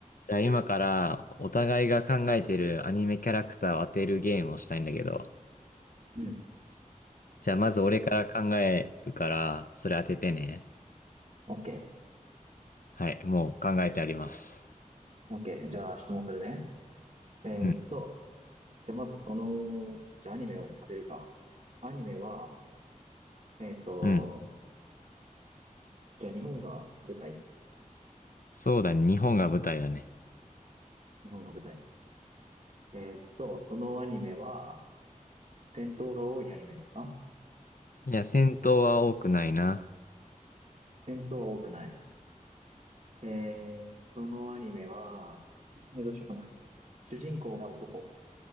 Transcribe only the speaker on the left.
じゃあ今からお互いが考えてるアニメキャラクターを当てるゲームをしたいんだけど。
じゃあまず俺から考えるから、それ当ててね。
はい、もう考えてあります。
うん。
うん。
そうだね、日本が舞台だね。
いや、戦闘は多くないな。